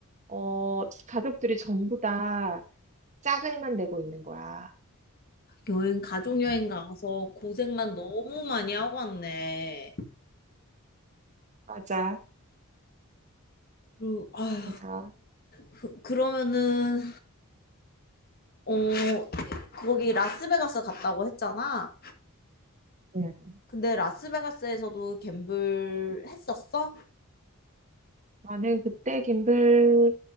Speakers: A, on the right; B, on the left.
A: 어, 가족들이 전부 다 짜증만 내고 있는 거야.
B: 여행, 가족 여행 가서 고생만 너무 많이 하고 왔네.
A: 맞아,
B: 그리고 아휴,
A: 맞아.
B: 그, 그러면은 어 거기 라스베가스 갔다고 했잖아.
A: 응.
B: 근데 라스베가스에서도 갬블 했었어?
A: 나는 그때 김블